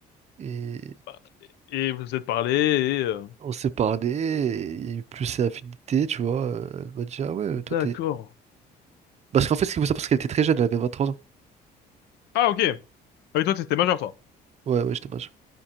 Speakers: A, on the right; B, on the left.
A: Et
B: Bah, Et et vous vous êtes parlé et... euh,
A: on s'est parlé, et il y a eu plus ses affinités, tu vois. euh, Elle m'a dit, ah ouais, euh,
B: D'accord.
A: toi t'es. Parce qu'en fait, ce qu'il faut savoir, c'est qu'elle était très jeune, elle avait 23 ans.
B: Ah, ok. Ah oui, toi, t'étais majeur, toi.
A: Ouais, ouais, j'étais mage.